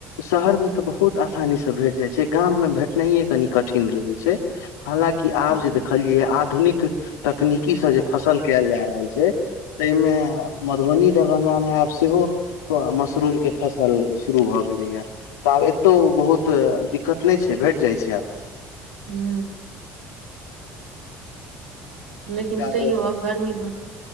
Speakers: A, on the left; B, on the right.
A: शहर में तऽ बहुत आसानी से भेट जाय छै गाम में भेटनाइये कनी कठिन रहै छै छै हालाँकि आब
B: हूं
A: जे देखलिये आधुनिक तकनीकी सॅं फसल कयल जा रहल छै ताहिमे मधुबनी दरभंगा मे आब सेहो थऽ मशरूम के फसल शुरू भऽ गेलैया तऽ आब एतहु बहुत दिक्कत नहि छै भेट जाइत छै आब
B: हू लेकिन
A: किया
B: तैयौ
A: तऽ
B: गरमी बड